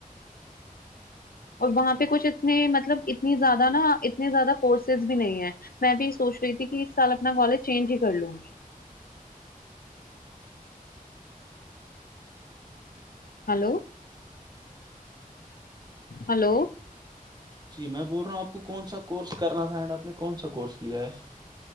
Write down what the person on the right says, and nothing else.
<unintelligible>
جی میں بول رہا ہوں آپ کون سا کورس کرنا تھا اینڈ آپ نے کون سا کورس لیا ہے